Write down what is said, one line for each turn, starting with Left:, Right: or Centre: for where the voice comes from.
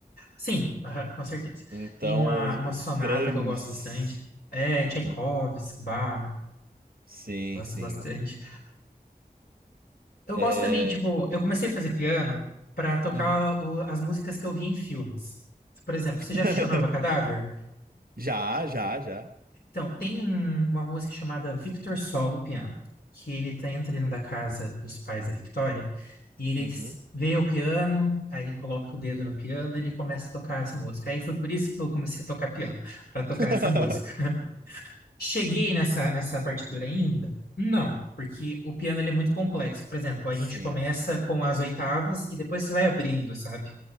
Left: Sim, aham, com certeza.
Right: Então,
Left: Tem uma,
Right: os,
Left: uma sonata
Right: os grandes,
Left: que eu gosto bastante, é Tchaikovsky,
Right: né?
Left: Bach,
Right: Sim,
Left: gosto
Right: sim.
Left: bastante. Eu
Right: É,
Left: gosto também, tipo, eu comecei a fazer piano pra tocar
Right: Uhum.
Left: o- as músicas que eu vi em filmes. Por exemplo,
Right: <laughs>
Left: você já assistiu Noiva Cadáver?
Right: Já, já, já.
Left: Então, tem um- uma música chamada Victor Solo Piano, que ele tá entra dentro da casa dos pais da Victoria e ele
Right: Uhum.
Left: s- vê o piano, aí ele coloca o dedo no piano e ele começa a tocar essa música. Aí foi por isso que eu comecei a tocar piano, pra tocar
Right: <laughs>
Left: essa música. <laughs> Cheguei nessa, nessa partitura ainda? Não, porque o piano ele é muito complexo. Por exemplo, a
Right: Sim.
Left: gente começa com as oitavas e depois você vai abrindo, sabe?